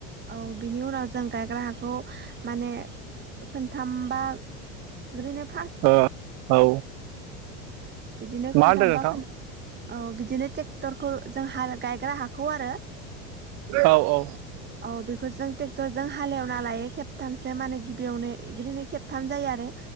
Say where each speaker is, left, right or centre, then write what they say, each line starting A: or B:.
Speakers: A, on the right (about 30°); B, on the right (about 50°).
A: औ बिनि उनाव जों गायग्रा हाखौ माने खोनथामबा ओरैनो फा
B: ओ औ।
A: बिदिनो खोनथामबा
B: मा होनदों नोंथां
A: खोन औ बिदिनो टेक्टरखौ जों हा गायग्रा हाखौ आरो।
B: औ औ।
A: औ बेखौ जों ट्रेक्टर जों हालेवना लायो खेबथामसो माने गिबियावनो इग्रिनो खेब थाम जायो आरो